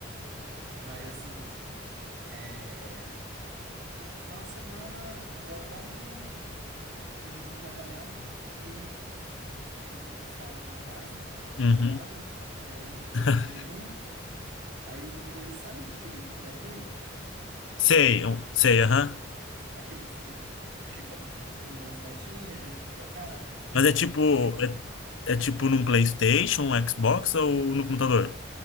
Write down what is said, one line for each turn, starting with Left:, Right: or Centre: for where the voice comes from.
Right: Mas assim, é, final de semana, agora ontem eu terminei de trabalhar e fui. Chegou um pessoal aqui em casa, do
Left: Uhum.
Right: nada. Aí a gente foi
Left: <laughs>
Right: comer junto. Aí depois, sabe aquele Guitar Hero?
Left: Sei, eu- sei, aham.
Right: Aquele que você tem que. Chega, vem umas notinhas, tem que tocar.
Left: Mas é tipo,
Right: Joguei,
Left: é, é tipo num PlayStation, um Xbox ou no computador?